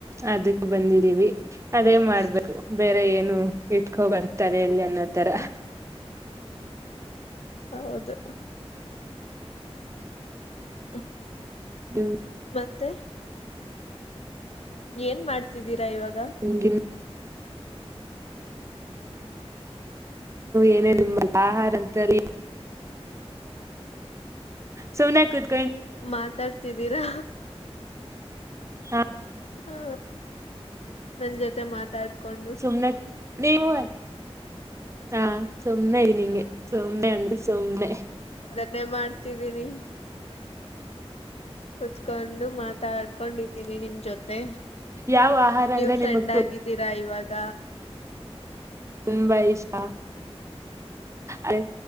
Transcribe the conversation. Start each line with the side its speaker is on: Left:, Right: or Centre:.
Right: ಅದಕ್ ಬಂದಿದೀವಿ, ಅದೇ
Left: ಹ
Right: ಮಾಡ್ಬೇಕು
Left: ಅಷ್ಟೇ
Right: ಬೇರೆ ಏನು ಇಟ್ಕೋಬರ್ <unintelligible> ನ್ನ ತರ
Left: ಹ್ಮ್ ಹೌದು ಹ್
Right: ಹ್ಮ
Left: ತ್ತೆ ಏನ್ ಮಾಡ್ತಿದ್ದೀರಾ ಇವಾಗ್
Right: <unintelligible> ಏನೇ ನಂಬಲ್ ಆಹಾರದಲ್ಲಿ, ಸುಮ್ನೆ ಕುತ್
Left: ಮಾತಾಡ್ತಿದ್ದೀರಾ
Right: ಹಾ
Left: ಹಾ ನನ್ ಜೊತೆ ಮಾತಾಡ್ಕೊಂಡು
Right: ಸುಮ್ನೆ ನೀವು <inaudible> ಹಾ ಸ ಸಮ್ನೆ <unintelligible> ಸುಮ್ನೆ ಅಂದ್ರೆ ಸುಮ್ನೆ
Left: ನ್ನೆ ಮಾಡ್ತಿದ್ದೀನಿ, ಕುತ್ಕೊಂಡು ಮಾತಾಡ್ಕೊಂಡ್ ಇರ್ ದಿನಿ ನಿಮ್ ಜೊತೆ,
Right: ಯಾವ ಆಹಾರ
Left: ನೀವು
Right: ಅಂದ್ರೆ
Left: ಫ್ರೆಂಡ್
Right: ನಿಮಗ್
Left: ಆಗಿದ್ದೀರ ಇವಾಗ
Right: ತುಂಬಾ ಇಷ್ಟ, ಆಯ್